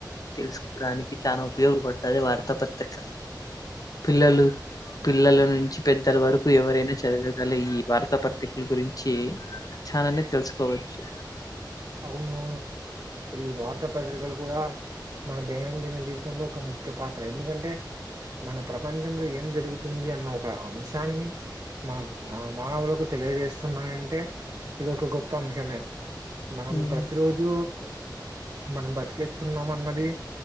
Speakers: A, on the left (about 50°); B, on the right (about 45°).
A: తెలుసుకోవడానికి చానా ఉపయోగపడుతది వార్తా పత్రిక. పిల్లలు పిల్లల నుంచి పెద్దల వరకు ఎవరైనా చదవగల ఈ వార్తా పత్రికల గురించి చాననే తెలుసుకోవచ్చు.
B: అవునవును ఈ వార్తా పత్రికలు కూడా మన దైనందిన జీవితంలో ఒక ముఖ్య పాత్ర ఎందుకంటే మన ప్రపంచంలో ఏం జరుగుతుంది అన్న ఒక అంశాన్ని మా మానవులకు తెలియజేస్తున్నాయంటే ఇది ఒక గొప్ప అంశమే మనం
A: ఉమ్
B: ప్రతి రోజు మనం బతికేస్తున్నాం అన్నది